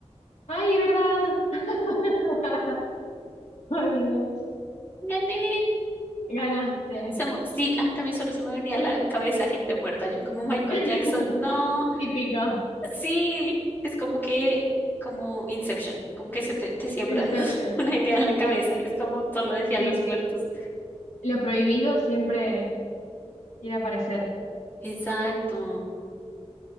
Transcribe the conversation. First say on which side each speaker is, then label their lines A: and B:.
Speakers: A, on the left; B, on the left.
A: Ay, ¿verdad? <laughs> Olvidé.
B: ¡Gané!
A: Ganaste.
B: Se mu- sí, a mí también solo se me venía a la cabeza gente muerta. Yo como Michael
A: <laughs>
B: Jackson, no.
A: Típico.
B: Sí, es como que, como Inception, como que se te, te siembran
A: Inception.
B: <laughs> una idea en la cabeza y es como todo lo decían
A: Sí,
B: los
A: sí.
B: muertos.
A: Lo prohibido siempre quiere aparecer.
B: Exacto.